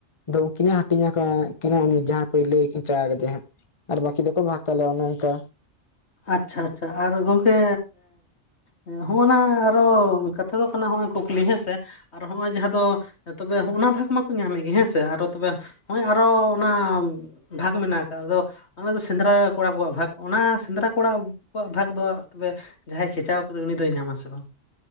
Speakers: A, on the left; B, on the left.
A: ᱫᱚ ᱩᱱᱠᱤᱱᱮ ᱦᱟᱹᱴᱤᱧ ᱟᱠᱟᱫ ᱠᱤᱱᱟ ᱩᱱᱤ ᱡᱟᱦᱟᱸ ᱯᱟᱹᱭᱞᱟᱹᱭ ᱠᱮᱪᱟᱜ ᱠᱟᱫᱮᱭᱟ ᱦᱟᱸᱜ ᱟᱨ ᱵᱟᱠᱤ ᱫᱚ ᱠᱚ ᱵᱷᱟᱠ ᱛᱟᱞᱮᱭᱟ ᱚᱱᱮ ᱚᱱᱠᱟ
B: ᱟᱪᱪᱷᱟ ᱟᱪᱪᱷᱟ ᱟᱨ ᱜᱚᱝᱠᱮ ᱦᱚᱸᱜᱚᱱᱟ ᱟᱨᱚ ᱠᱟᱛᱷᱟ ᱫᱚ ᱠᱟᱱᱟ ᱦᱚᱸᱜᱼᱚᱭ ᱠᱩᱠᱞᱤ ᱦᱮᱸ ᱥᱮ ᱟᱨ ᱦᱚᱸᱜ-ᱚᱭ ᱡᱟᱦᱟᱸ ᱫᱚ ᱛᱚᱵᱮ ᱦᱚᱸᱜᱚᱱᱟ ᱵᱷᱟᱠ ᱢᱟᱠᱚ ᱧᱟᱢᱮᱫ ᱜᱮ ᱦᱮᱸ ᱥᱮ ᱟᱨᱚ ᱛᱚᱵᱮ ᱦᱚᱸᱜ-ᱚᱭ ᱟᱨᱚ ᱚᱱᱟ ᱵᱷᱟᱠ ᱢᱮᱱᱟᱜ ᱠᱟᱫ ᱫᱚ ᱚᱱᱟ ᱫᱚ ᱥᱮᱸᱫᱽᱨᱟ ᱠᱚᱲᱟ ᱠᱚᱣᱟᱜ ᱵᱷᱟᱠ ᱚᱱᱟ ᱥᱮᱸᱫᱽᱨᱟ ᱠᱚᱲᱟ ᱠᱚᱣᱟᱜ ᱵᱷᱟᱠ ᱫᱚ ᱛᱚᱵᱮ ᱡᱟᱦᱟᱸᱭ ᱠᱷᱮᱪᱟᱣ ᱠᱟᱫᱮ ᱩᱱᱤ ᱫᱚᱭ ᱧᱟᱢᱟ ᱥᱮ ᱵᱟᱝ?